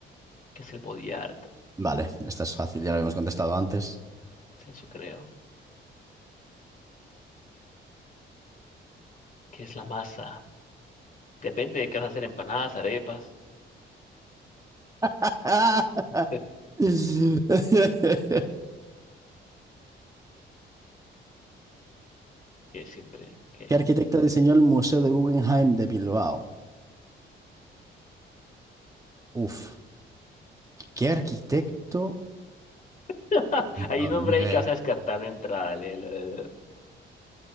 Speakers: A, on the left; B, on the right.
A: ¿qué es el body art?
B: Vale, esta es fácil, ya lo habíamos contestado antes.
A: Eso creo. ¿Qué es la masa? Depende de qué vas a hacer, empanadas, arepas,
B: <laughs> ¡Ah!
A: <laughs>
B: ¿Qué
A: que siempre, que
B: arquitecto diseñó el Museo de Guggenheim de Bilbao? Uf, ¿qué arquitecto?
A: <laughs> Hay
B: No,
A: un nombre
B: ni idea.
A: ahí que vas a descartar de entrada. le- le- le-